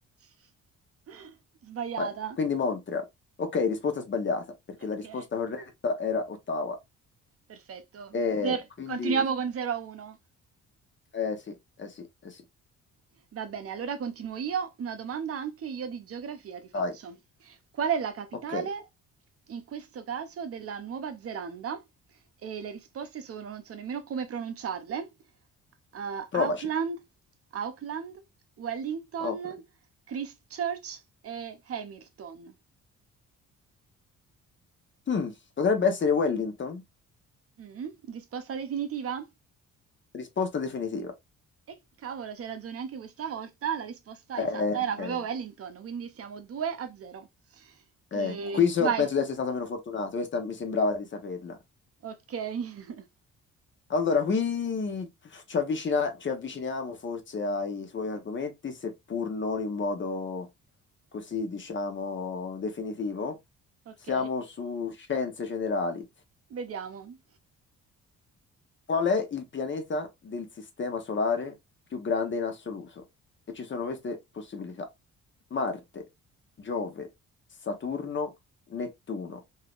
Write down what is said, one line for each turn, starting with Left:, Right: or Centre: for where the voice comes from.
Right: <laughs> Sbagliata.
Left: Vai, quindi Montreal. Ok, risposta sbagliata, perché
Right: Ok,
Left: la risposta corretta era Ottawa.
Right: perfetto.
Left: E
Right: Zero-
Left: quindi...
Right: Continuiamo con 0 a 1.
Left: Eh sì, eh sì, eh sì.
Right: Va bene, allora continuo io. Una domanda anche io di geografia ti faccio.
Left: Dai,
Right: Qual è la capitale,
Left: ok,
Right: in questo caso, della Nuova Zelanda? E le risposte sono, non so nemmeno come pronunciarle. Eh,
Left: provaci.
Right: Auckland, Auckland, Wellington,
Left: Auckland.
Right: Christchurch e Hamilton.
Left: Hmm, potrebbe essere Wellington?
Right: Mm, risposta definitiva?
Left: Risposta definitiva.
Right: E cavolo, c'hai ragione anche questa volta, la risposta esatta
Left: Eh,
Right: era proprio
Left: eh,
Right: Wellington, quindi siamo 2 a 0.
Left: eh.
Right: Mm. E
Left: Qui so-
Right: vai.
Left: penso di essere stato meno fortunato, questa mi sembrava di saperla.
Right: Ok. <laughs>
Left: Allora, qui ci avvicina- ci avviciniamo forse ai suoi argomenti, seppur non in modo così, diciamo, definitivo.
Right: Ok,
Left: Siamo su scienze generali.
Right: vediamo.
Left: Qual è il pianeta del sistema solare più grande in assoluto? E ci sono queste possibilità. Marte, Giove, Saturno, Nettuno.